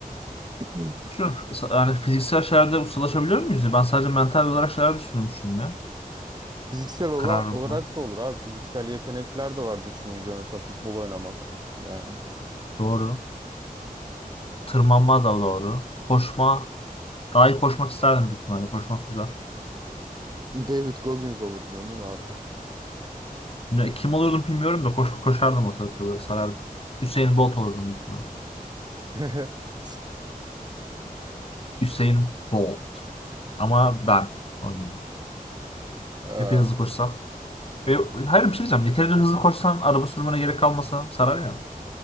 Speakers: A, on the right; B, on the left.
A: Hı.
B: Şu yani fiziksel şeylerde ustalaşabiliyor muyuz? Ben sadece mental olarak şeyler düşünmüştüm ya.
A: Fiziksel ola-
B: Kararlılıkla.
A: olarak da olur abi. Fiziksel yetenekler de var düşününce mesela futbol oynamak. Yani
B: Doğru. Tırmanma da doğru. Koşma. Daha iyi koşmak isterdim büyük ihtimalle. Koşmak güzel.
A: David Goggins olurdun değil mi abi?
B: Ne- Kim olurdum bilmiyorum da koş, koşardım ortalıkta böyle sarardım. Hüseyin Bolt olurdum büyük ihtimalle.
A: <laughs>
B: Hüseyin Bolt. Ama ben olayım.
A: Eee,
B: Epey hızlı koşsam. Ve, hayır bir şey diyeceğim. Yeterince hızlı koşsan araba sürmene gerek kalmasa sarar ya.